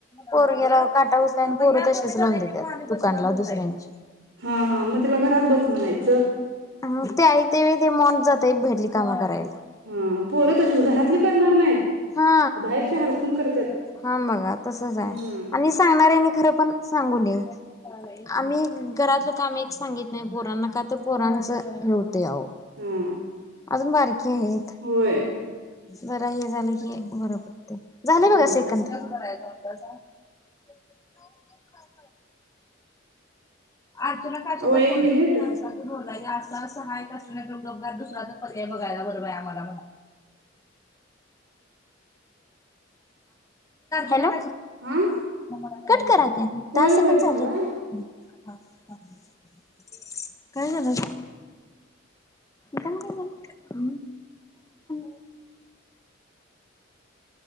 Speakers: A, on the left (about 15°); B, on the right (about 75°).
A: पोरगेला <unintelligible> आण पोर तशीच लावून देत्यात दुकानला दुसऱ्यांची.
B: हा हा म तिला घरात बस म्हणायचं.
A: <unintelligible>
B: हा, पोरं तशीच घरातले करणार नाहीत.
A: हा
B: बाहेरचे हरकून करत्यात
A: हम बघा तसच
B: हम्म
A: आहे आणि सांगणार यांनी खरं पण सांगू नये, आम्ही घरातलं काम एक सांगित पोरांना का तर पोरांच हे होतय आहो
B: हा
A: आजून बारकी आहेत.
B: होय
A: जरा हे झालं क <unintelligible> झाले
B: हा
A: बघा सेकंद. <unintelligible> अर्जुना <unintelligible> असं
B: अहो एक मिनिट
A: असं <unintelligible> म्हणजे असं असं हाय <unintelligible> गपगार दुसरे पर्याय बघायला बरं आम्हाला, हॅलो.
B: हा
A: <unintelligible> कट करा. दहा
B: होय होय
A: सेकंद
B: थांबा
A: झाले त. <inaudible> काय झालं ग <unintelligible>